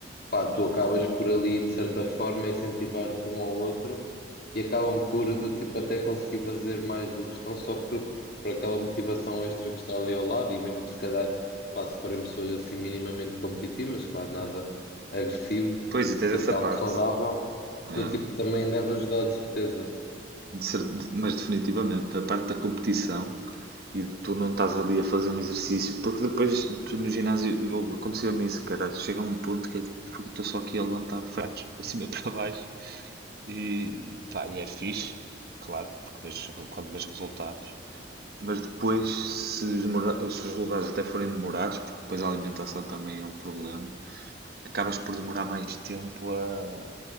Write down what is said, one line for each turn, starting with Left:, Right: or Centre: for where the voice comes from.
Left: pá, tu acabas por ali, de certa forma, incentivar-te um ao outro e acabam por, do tipo, até conseguir fazer mais do que estão só por, por aquela motivação extra que está ali ao lado e mesmo se calhar, pá, se forem pessoas assim minimamente competitivas, claro, nada agressivo,
Right: Pois, e tens
Left: sempre
Right: essa
Left: algo
Right: parte.
Left: saudável,
Right: Yeah.
Left: do tipo, também deve ajudar, de certeza.
Right: De cer- de- Mas definitivamente, a parte da competição e tu não estás ali a fazer um exercício, porque depois tu no ginásio eu- acontecia-me isso, cara. Chega a um ponto que é tipo, porque estou só aqui a levantar ferros <laughs> para cima e para baixo e, pá, e é fixe, claro, porque vês- quando vês resultados, mas depois se os, demora- se os resultados até forem demorados, porque depois a alimentação também é um problema, acabas por demorar mais tempo a,